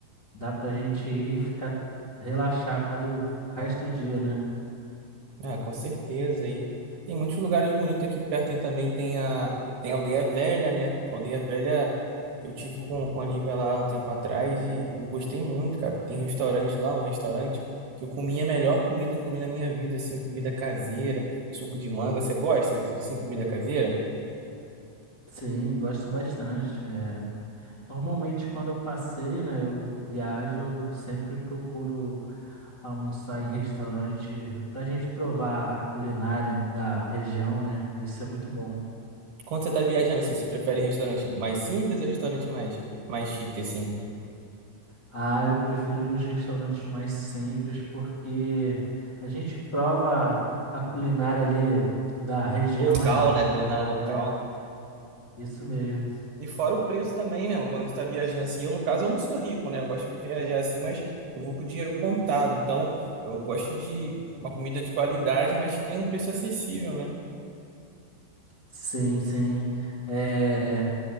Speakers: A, on the left (about 35°); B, on the right (about 65°).
A: dá pra gente ir e ficar relaxado o resto do dia, né?
B: Ah, com certeza. E tem muitos lugares bonitos aqui perto. Tem também tem a, tem a Aldeia Velha, né? Aldeia Velha, eu tive com, com a Lívia lá um tempo atrás e eu gostei muito, cara. Tem restaurante lá, um restaurante que eu comi a melhor comida que eu comi na minha vida, assim, comida caseira, suco de manga. Você gosta de, assim, comida caseira?
A: Sim, gosto bastante. Normalmente, quando eu passeio, né, eu viajo, eu sempre procuro almoçar em restaurante pra gente provar a culinária da região, né? Isso é muito bom.
B: Quando você tá viajando, assim, você prefere restaurante mais simples ou restaurante mais, mais chique, assim?
A: Ah, eu prefiro ir nos restaurantes mais simples porque a gente prova a culinária ali da região,
B: Local,
A: né?
B: né? Culinária local.
A: É, Isso mesmo.
B: E fora o preço também, né? mano? Quando a gente tá viajando assim, eu no caso eu não sou rico, né? Eu gosto de viajar assim, mas eu vou com o dinheiro contado. Então, eu gosto de uma comida de qualidade, mas que tenha um preço acessível, né?
A: Sim, sim. É.